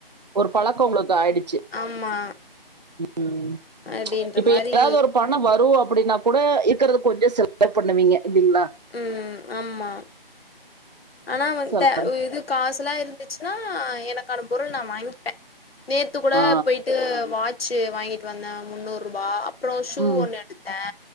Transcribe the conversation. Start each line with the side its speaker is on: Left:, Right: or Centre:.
Right: ஒரு பழக்கோ உங்குளுக்கு ஆயிடிச்சி
Left: ஆமா
Right: ம்
Left: அப்டின்ற
Right: இப்ப
Left: மாரி
Right: எதாவ்து ஒரு பணோ வரு அப்பிடினா கூட இப் இருக்றது கொஞ்சோ செலவு பண்ணுவீங்க இல்லீங்ளா
Left: ம் ஆமா ஆனா வந்
Right: சொல்ல-
Left: த இது காசுலா இருந்துச்சுனா எனக்கான பொருள் நா வாங்கிப்பே நேத்து கூட
Right: ஆ.
Left: போய்ட்டு வாட்ச்சு வாங்கிட்டு வந்தே முன்னூருபா ப்புறோ ஷூ
Right: ம்,
Left: ஒண்ணு எடுத்தே